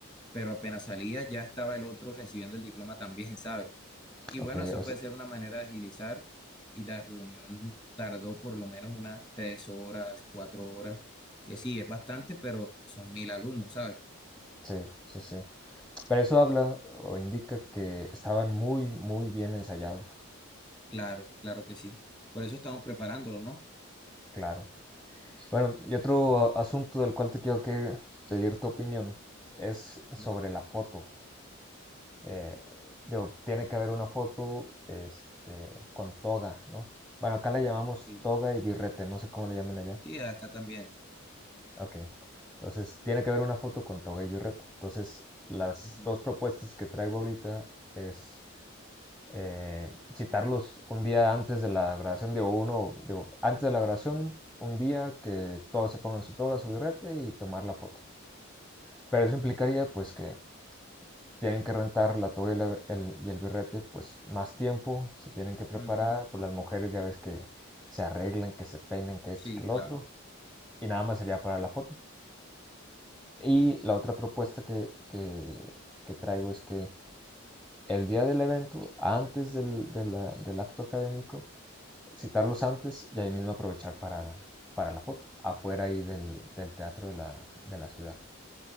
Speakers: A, on the left (about 20°); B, in the centre.
A: pero apenas salía ya estaba el otro recibiendo el diploma también, <laughs> ¿sabes? Y
B: Ok,
A: bueno, eso
B: o
A: puede
B: sea,
A: ser una manera de agilizar y la reunión tardó por lo menos unas tres horas, cuatro horas, que sí, es bastante, pero son mil alumnos, ¿sabes?
B: sí, sí, sí. Pero eso habla o indica que estaban muy, muy bien ensayados,
A: Claro, claro que sí. Por eso estamos preparándolo, ¿no?
B: claro. Bueno, y otro asunto del cual te quiero que pedir tu opinión es sobre
A: ¿Mm?
B: la foto. Eh, digo, tiene que haber una foto este, con toga, ¿no? Bueno, acá la llamamos
A: Sí,
B: toga y birrete, no sé cómo le llaman allá.
A: sí, acá también.
B: Ok, entonces tiene que haber una foto con toga y birrete. Entonces, las
A: Ujú,
B: dos propuestas que traigo ahorita es eh, citarlos un día antes de la grabación, digo, uno, digo, antes de la grabación, un día que todos se pongan su toga, su birrete y tomar la foto. Pero eso implicaría pues que tienen que rentar la toga y, la- el, y el birrete pues más tiempo, se tienen que preparar,
A: ujú.
B: pues las mujeres ya ves que se arreglan, que se peinan, que esto,
A: Sí,
B: que lo
A: claro,
B: otro, y nada más sería para la foto. Y la otra propuesta que, que, que traigo es que el día del evento, antes del, de la- del acto académico, citarlos antes y ahí mismo aprovechar para la, para la foto, afuera ahí del, del teatro de la, de la ciudad.